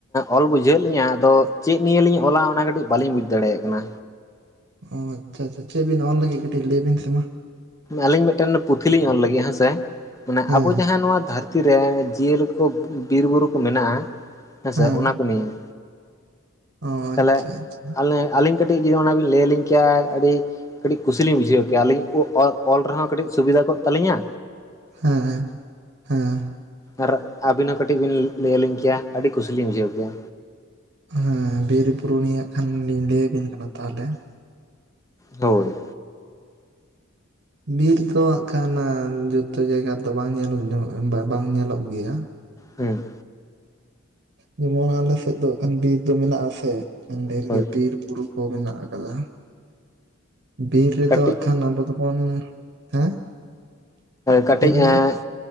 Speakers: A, on the left; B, on the right.
A: ᱚᱞ ᱵᱩᱡᱷᱟᱹᱣ ᱞᱤᱧᱟᱹ᱾ ᱟᱫᱚ ᱪᱮᱫ ᱱᱤᱭᱟᱹ ᱞᱤᱧ ᱚᱞᱟ ᱚᱱᱟ ᱠᱟᱹᱴᱤᱡ ᱵᱟᱞᱤᱧ ᱵᱩᱡ ᱫᱟᱲᱮᱭᱟᱜ ᱠᱟᱱᱟ?
B: ᱚ ᱟᱪᱪᱷᱟ ᱟᱪᱪᱷᱟ, ᱪᱮᱫ ᱵᱤᱱ ᱚᱱ ᱞᱟᱹᱜᱤᱫ ᱠᱟᱹᱴᱤᱡ ᱞᱟᱹᱭ ᱵᱤᱱ ᱥᱮ ᱢᱟ?
A: ᱟᱹᱞᱤᱧ ᱢᱤᱫᱴᱮᱱ ᱯᱩᱛᱷᱤ ᱞᱤᱧ ᱚᱞ ᱞᱟᱹᱜᱤᱫ ᱦᱮᱸᱥᱮ ᱢᱟᱱᱮ
B: ᱦᱮᱸ
A: ᱟᱵᱚ ᱡᱟᱦᱟᱸ ᱱᱚᱣᱟ ᱫᱷᱟᱹᱨᱛᱤ ᱵᱷᱤᱛᱤᱨ ᱨᱮ ᱡᱤᱭᱟᱹᱞᱤ ᱠᱚ ᱵᱤᱨ-ᱵᱩᱨᱩ ᱠᱚ ᱢᱮᱱᱟᱜᱼᱟ, ᱦᱮᱸᱥᱮ
B: ᱦᱮᱸ
A: ᱚᱱᱟ ᱠᱚ ᱱᱤᱭᱟᱹ᱾
B: ᱚ ᱟᱪᱪᱷᱟ
A: ᱛᱟᱦᱚᱞᱮ
B: ᱟᱪᱪᱷᱟ
A: ᱟᱞᱮ ᱟᱹᱞᱤᱧ ᱠᱟᱹᱴᱤᱡ ᱡᱩᱫᱤ ᱚᱱᱟ ᱵᱤᱱ ᱞᱟᱹᱭᱟᱞᱤᱧ ᱠᱮᱭᱟ᱾ ᱟᱹᱰᱤ ᱠᱟᱹᱴᱤᱡ ᱠᱩᱥ ᱞᱤᱧ ᱵᱩᱡᱷᱟᱹᱣ ᱠᱮᱭᱟ ᱟᱹᱞᱤᱧ? ᱚᱞ ᱨᱮᱦᱚᱸ ᱠᱟᱹᱴᱤᱡ ᱥᱩᱵᱤᱫᱷᱟ ᱠᱚᱜ ᱛᱟᱞᱤᱧᱟ᱾
B: ᱦᱮᱸ ᱦᱮᱸ᱾
A: ᱟᱨ ᱟᱹᱵᱤᱱ ᱦᱚᱸ ᱠᱟᱹᱴᱤᱡ ᱵᱤᱱ ᱞᱟᱹᱭ ᱟᱹᱞᱤᱧ ᱠᱮᱭᱟ ᱟᱹᱰᱤ ᱠᱩᱥᱤ ᱞᱤᱧ ᱵᱩᱡᱷᱟᱹᱣ ᱠᱮᱭᱟ᱾
B: ᱦᱮᱸ ᱵᱤᱨ ᱵᱩᱨᱩᱱᱤᱭᱟᱜ ᱠᱷᱟᱱ ᱞᱤᱧ ᱞᱟᱹᱭ ᱟᱵᱤᱱ ᱠᱟᱱᱟ ᱛᱟᱦᱚᱞᱮ
A: ᱦᱳᱭ᱾
B: ᱵᱤᱨ ᱫᱚ ᱦᱟᱸᱜ ᱠᱷᱟᱱ ᱡᱚᱛᱚ ᱡᱟᱭᱜᱟ ᱨᱮᱫᱚ ᱵᱟᱝ ᱟᱜ <unintelligible> ᱵᱟᱝ ᱧᱮᱞᱚᱜ ᱜᱮᱭᱟ᱾
A: ᱦᱩᱸ᱾
B: ᱡᱮᱢᱚᱱ ᱟᱞᱮ ᱥᱮᱫ ᱫᱚ ᱵᱤᱨ ᱫᱚ ᱢᱮᱱᱟᱜ ᱟᱥᱮ ᱰᱷᱮᱨ
A: ᱦᱳᱭ
B: ᱜᱮ ᱵᱤᱨ ᱵᱩᱨᱩ ᱠᱚ ᱢᱮᱱᱟᱜ ᱟᱠᱟᱫᱟ᱾ ᱵᱤᱨ ᱨᱮᱫᱚ
A: ᱠᱟᱹᱴᱤᱡ
B: ᱦᱟᱸᱜ ᱠᱷᱟᱱ ᱟᱵᱚ ᱫᱚ ᱵᱚᱱ ᱦᱮᱸ
A: ᱠᱟᱹᱴᱤᱡ
B: ᱞᱟᱹᱭ ᱵᱤᱱ
A: ᱮᱸ
B: ᱢᱟ